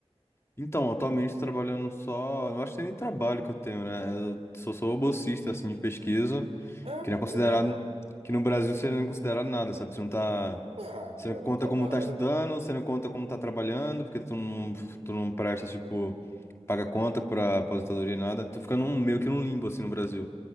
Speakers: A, on the left; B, on the right.
A: Então, atualmente trabalhando só. Eu acho que nem trabalho que eu tenho, né? Eu sou, sou bolsista, assim, de pesquisa,
B: Ah,
A: que não é considerado.
B: legal.
A: Que no Brasil você não é considerado nada, sabe? Você não tá.
B: Ah,
A: Você
B: não,
A: não conta
B: é trabalho,
A: como tá estudando,
B: pô.
A: você não conta como tá trabalhando, porque tu não, tu não presta, tipo, paga conta pra aposentadoria e nada. Tô ficando um- meio que num limbo, assim, no Brasil.